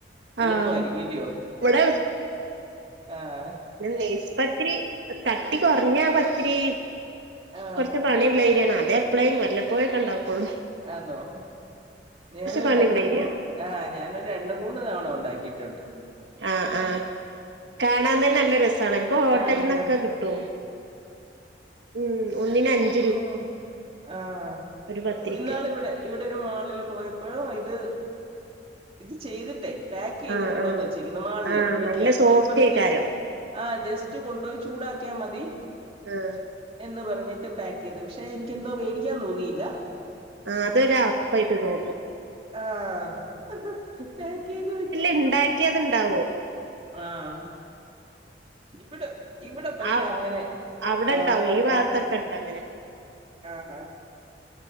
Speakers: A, on the right; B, on the right.
A: എളുപ്പമായിരിക്കലയോ.
B: ആഹ് ഇവിടെ
A: ആഹ്
B: നൈസ് പത്തിരി കട്ടി കുറഞ്ഞാപത്തിരി.
A: ആ
B: കൊറച്ച് പണിള്ളഏരിയാണ് അതെ എപ്പെയും വല്ലപ്പോയേക്കെ ഉണ്ടാക്കുള്ളൂ.
A: ആന്നോ ഞാനൊരൂ
B: പണിയുള്ള
A: രണ്ട്,
B: ഏരിയാണ്
A: മൂന്ന് ആഹ് ഞാനൊരു രണ്ട്, മൂന്ന് തവണ ഉണ്ടാക്കിയിട്ടുണ്ട്.
B: ആഹ് ആഹ് കാണാൻതന്നെ നല്ല രസമ ഇപം ഹോട്ടലിന്നൊക്കെകിട്ടും.
A: ആഹ് ക
B: ഉം ഒന്നിന് അഞ്ച
A: ഉം ആഹ്
B: ഒരു പത്തിരിക്ക്
A: ഇന്നാളിവിടെ ഇവിടൊരു മാളില് പോയപ്പോഴു. ഇത് ഇത്ചെയ്തിട്ടേ പാക്കെയ്ത്
B: ആഹ്
A: കൊണ്ടുവന്നവെച്ചേക്കുന്നു
B: ആഹ്
A: മാളില്
B: ആഹ്
A: വിക്കാൻ
B: നല്ല സോഫ്റ്റേക്കാരം
A: അപ്പൊ പറഞ്ഞ് ജസ്റ്റ് ആഹ് ജസ്റ്റ്കൊണ്ടൊയി ചൂടാക്കിയാമതി.
B: ആഹ്
A: എന്ന്പറഞ്ഞിട്ട്. പാക്ക്യ്ത് പക്ഷെ എനിക്ക്എന്തോ വേടിക്കാൻതോന്നിയില്ല.
B: ആ അതൊരു അറപ്പായിട്ട് തോന്നും.
A: ആഹ് ഹ്ഹ് പേകേയിത്. വേ
B: ഇണ്ടാക്കിയത് ഉണ്ടാവും.
A: ആഹ് ഇവിടെ ഇവിടെ പക്ഷെഅങ്ങനെ
B: ആഹ് അവിടെ
A: ആ
B: ഇണ്ടാവും ഈ ഭാഗത്തൊക്കെ
A: കണ്ടിട്ടില്ല.
B: ഇണ്ട് അങ്ങനെ
A: ആഹ് ഹാ